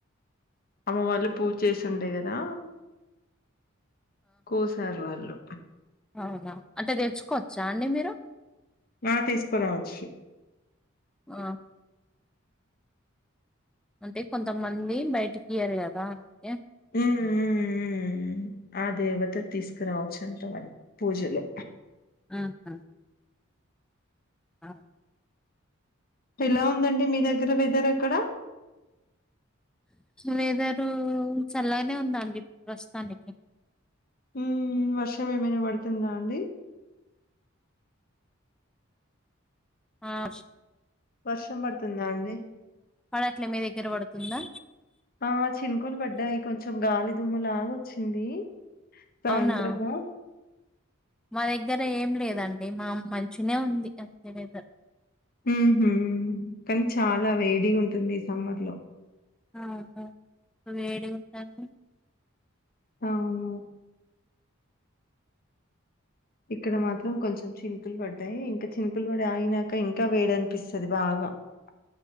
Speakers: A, on the left; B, in the centre.
A: అమ్మ వాళ్ళు పూజ చేసి ఉండె కదా, కోసాలు వాళ్ళు,
B: అవున, అంటె తేచ్చుకోవచ్చ అండి మీరు
A: ఆ తీసుకోరావచ్చు,
B: ఆ అంటె కొంతమంది, బయటికి ఇయ్యరు కదా ఎ
A: ఊ ఊ ఊ ఊమ్ ఆ దేవత తీస్కోరావచ్చ్ అంట పూజలొ
B: ఆహ <unintelligible>
A: ఎలా ఉందండి మీ దగ్గర వెదర్ అక్కడ
B: వెదరూ చల్లగానె ఉందండి ప్రస్తుతానికి,
A: ఊ వర్షం ఏమైన పడుతుంద అండి.
B: ఆ వర్ష
A: వర్షం పడుతుంద అండి
B: పడట్లె, మీదగ్గర పడుతుందా
A: ఆ చినుకులు బడ్డాయ్, కొంచెం గాలి దుమ్ములాగ వచ్చింది, సాయంత్రమూ
B: అవునా మా దగ్గర ఎం లేదండి మా మ్ మంచిగనె ఉంది, అంతె వెదర్
A: ఉహు కానీ చాలా వేడి గా ఉంటుంది ఈ సమ్మర్ లో
B: అవును వేడి గా ఉంటంటే,
A: అవును ఇక్కడ మాత్రం కొంచెం చినుకులు పడ్డాయి ఇంకా చినుకులు పడి అయినాక ఇంకా వేడి అనిపిస్తది బాగా, <unintelligible>